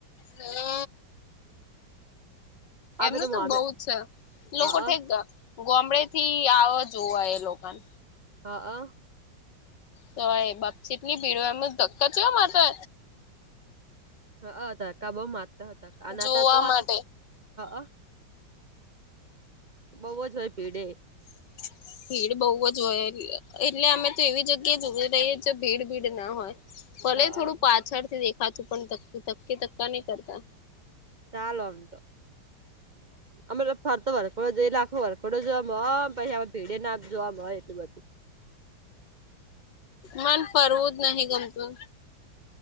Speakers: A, on the left; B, on the right.
A: હમ્મ.
B: આપે
A: એમનું તો
B: મોમે
A: બઉ છે
B: અ
A: લોકો ઠેક
B: અ
A: ગોમડેથી આવ જોવા એ લોકોન.
B: હ અ
A: તોય બાપ ચેટલી ભીડો હોય એમ જ ધક્કા ચેવા મારે
B: હ અ ધક્કા બહુ મારતાં હતાં
A: હોય
B: આ
A: જોવા
B: નાતો હ
A: માટે
B: અ. બવ જ હોય ભીડેય.
A: <inaudible> ભીડ બવ જ હોય એટલે અમે તો એવી જગ્યાએ જોવી રહીએ છે ભીડ ભીડ ના હોય. ભલે
B: હ અ
A: થોડું પાછળથી દેખાતું પણ ધક્કે ધક્કે ધક્કા નહીં કરતાં.
B: ચાલો આમ તો અમે તો ફરતો વરતો જોઈ લાખો વરકડો જમો હો પછી અમે ભીડે ના જોવામ હોય એટલી બધી.
A: મન ફરવું જ નહીં ગમતુંન.